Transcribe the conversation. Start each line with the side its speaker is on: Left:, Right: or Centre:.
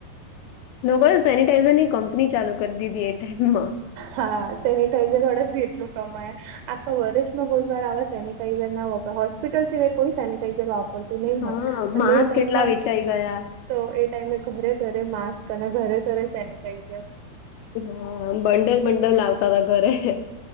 Left: લોકોને સેનિટાઈઝર ની કંપની ચાલુ કરી દીધી એ ટાઈમમાં.
Right: હા સેનિટાઈઝર વાળા ભી એટલું કમાયા. આખા વર્ષમાં બોધવાર આવા સેનિટાઈઝર ના વાપરા હોસ્પિટલ સિવાય કોઈ સેનિટાઈઝર વાપ પણ તું નહી
Left: હા
Right: અને
Left: માંસ
Right: એ ટાઈમમાં
Left: કેટલા વેચાઈ ગયા
Right: તો એ ટાઈમે ઘરે ઘરે માસ્ક અને ઘરે ઘરે સેનિટાઈઝર.
Left: હા બંડલ બંડલ લાવતા હતા ઘરે.